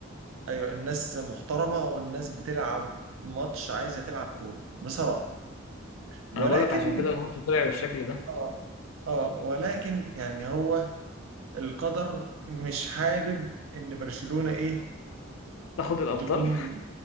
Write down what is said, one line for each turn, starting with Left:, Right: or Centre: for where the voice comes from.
Right: ايوه الناس محترمه والناس بتلعب ماتش عايزه تلعب كوره بصراحه ولكن
Left: ما انا بقول لك عشان كده الماتش طلع بالشكل ده
Right: اه اه ولكن يعني هو القدر مش حابب ان برشلونه ايه
Left: تاخد الابطال
Right: تكون